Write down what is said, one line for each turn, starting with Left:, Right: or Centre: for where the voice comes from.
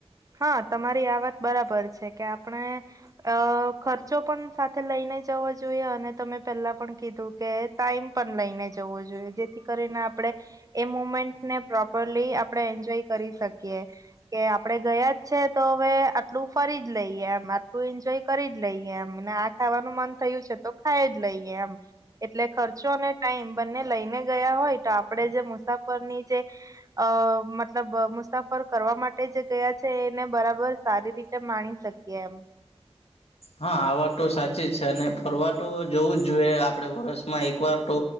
Right: હા તમારી આ વાત બરાબર છે કે આપણે, અ ખર્ચો પણ સાથે લઈને જવો જોઈએ અને તમે પહેલા પણ કીધું કે ટાઈમ પણ લઈને જવો જોઈએ જેથી કરીને આપણે, એ મુમેન્ટને પ્રોપરલી આપણે એન્જોય કરી શકીએ, કે આપણેે ગયા જ છે તો હવે આટલું ફરી જ લઈએ એમ આટલું એન્જોય કરી જ લઈએ એમ આ ખાવાનું મન થયું છે તો ખાઈ જ લઈએ એમ, એટલે ખર્ચો અને ટાઈમ બંને લઈને ગયા હોય તો આપણે જે મુસાફરની જે, અ મતલબ મુસાફર કરવા માટે જે ગયા છે એને બરાબર સારી રીતે માણી શકીએ એમ.
Left: હા આ વાત તો સાચી છે અને ફરવા તો જોવું જ જોઈએ આપડે, વર્ષમાં એકવાર તો